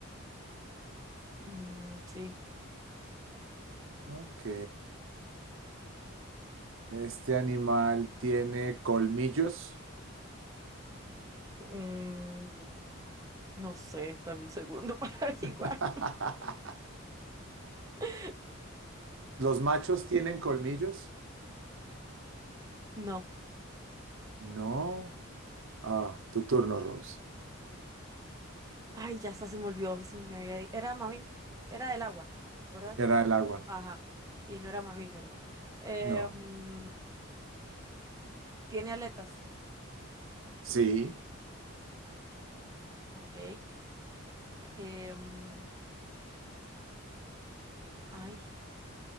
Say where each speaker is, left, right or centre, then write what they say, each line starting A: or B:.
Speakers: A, on the right; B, on the right.
A: Mm, sí.
B: Ok. Este animal tiene colmillos.
A: Mm, no sé, dame un segundo <laughs> para averiguarlo.
B: <laughs>
A: <laughs>
B: ¿Los machos tienen colmillos?
A: No.
B: No. Ah, tu turno, Rose.
A: Ay, ya hasta se me olvidó si me había di- Era mamí... Era del agua, ¿verdad?
B: Era el agua.
A: Ajá. Y no era mamífero. Eh,
B: No.
A: mm, tiene aletas.
B: Sí.
A: Ok. Eh, mm, ay,